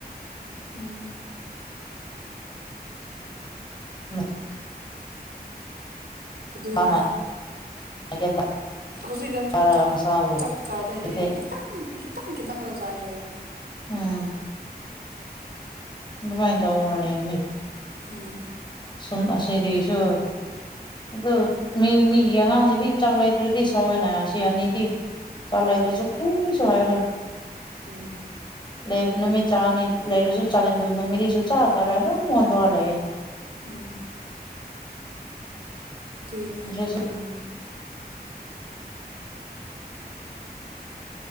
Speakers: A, on the right (about 70°); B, on the left (about 30°).
A: ꯎꯝ
B: <inaudible>
A: ꯑꯗꯨꯅꯦ
B: ꯃꯁꯥꯅ ꯒ꯭ꯌꯥꯟ
A: ꯍꯧꯖꯤꯛꯀꯥꯟꯁꯨ
B: ꯇꯥꯔꯒ
A: ꯆꯥꯛ
B: ꯃꯁꯥꯕꯨ
A: ꯆꯥꯛ ꯆꯥꯗꯦ
B: ꯍꯥꯏꯗꯤ
A: ꯍꯥꯏꯌꯦ ꯈꯤꯇꯪ ꯈꯤꯇꯪ ꯈꯤꯇꯪ ꯖꯥꯌꯦ ꯍꯥꯏꯌꯦ
B: ꯎꯝ ꯑꯗꯨꯃꯥꯏ ꯇꯧꯕ꯭ꯔꯅꯦ
A: ꯎꯝ
B: ꯁꯨꯡꯁꯅꯤꯗ ꯆ <inaudible> ꯑꯗꯨ ꯃꯤ ꯃꯤꯒꯤ ꯑꯉꯥꯡꯁꯤꯅꯤ ꯆꯥꯛ ꯂꯩꯗ꯭ꯔꯗꯤ ꯁꯥꯎꯋꯦꯅ ꯁꯤ ꯑꯅꯤꯗꯤ ꯆꯥꯛ ꯂꯩꯗ꯭ꯔꯁꯨ ꯀ꯭ꯔꯤꯁꯨ ꯍꯥꯏꯔꯣꯏ
A: ꯎꯝ
B: ꯂꯩꯕ ꯅꯨꯃꯤꯠ ꯆꯥꯅꯤ ꯂꯩꯔꯁꯨ ꯆꯥꯅꯤꯡꯗꯕ ꯅꯨꯃꯤꯠꯅꯤꯁꯨ ꯆꯥ ꯆꯥꯔꯦ ꯑꯗꯨꯝ ꯃꯉꯣꯟꯗꯔ ꯂꯩꯑꯦ
A: ꯎꯝ ꯑꯗꯨꯏꯅꯦ
B: ꯉꯁꯤꯁꯨ
A: ꯌꯥꯝ